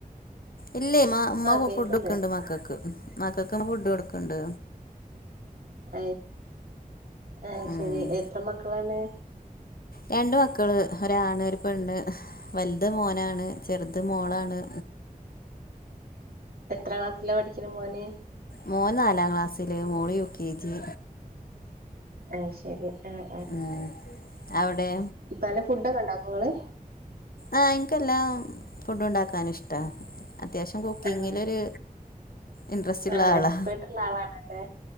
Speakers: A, on the left (about 75°); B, on the right (about 85°).
A: ഇല്ലേ ഇമ്മ
B: കേക്കണ്ട്
A: ഫുഡ് ക്ക്ണ്ട് മക്കൾക്ക് മക്കൾക്ക്മ്മ ഫുഡ് കൊട്ക്ക്ണ്ട്
B: എ എ അശരി
A: ഉം
B: എത്ര മക്കളാണ്?
A: രണ്ട് മക്കള് ഒരാണ് ഒര് പെണ്ണ് വൽത് മോനാണ് ചെറ്ത് മോളാണ്
B: എത്ര ക്ലാസ്സില പഠിച്ണെ മോന്
A: മൂന്ന് നാലാം ക്ലാസ്സിൽ മോള് യു കെ ജി
B: ആയ് ശരി ആഹ്
A: ആഹ് അവിടെ
B: പല ഫുഡ്ക്കോ ഇണ്ടക്കോ ഇങ്ങള്
A: ആഹ് ഇന്ക് എല്ലാ ഫുഡ്‌ ഇണ്ടാക്കാൻ ഇഷ്ട്ട അത്യാവശ്യം കുക്കിങ്ങിലൊരു
B: ആഹ്
A: ഇൻട്രസ്റ്റ് ഉള്ള
B: ആണോ
A: ആളാ
B: എക്സ്പേർട്ട്ള്ള ആളാണല്ലേ